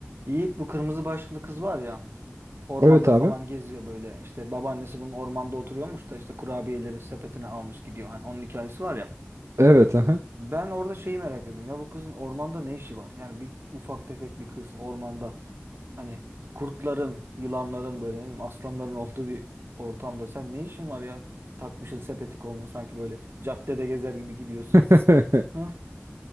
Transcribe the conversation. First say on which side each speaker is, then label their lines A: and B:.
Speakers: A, on the right; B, on the right.
A: Yiğit bu kırmızı başlıklı kız var ya ormanda
B: Evet abi.
A: falan geziyor böyle işte babaannesi bunun ormanda oturuyormuş da işte kurabiyeleri sepetine almış gidiyor hani onun hikayesi var ya.
B: Evet. aha.
A: Ben orada şeyi merak ettim ya bu kızın ormanda ne işi var? Yani bir ufak tefek bir kız ormanda hani kurtların, yılanların böyle ne bileyim aslanların <laughs> olduğu bir ortamda sen ne işin var ya? Takmışsın sepeti koluna sanki böyle caddede gezer gibi gidiyorsun.
B: <laughs>
A: <laughs> Ha?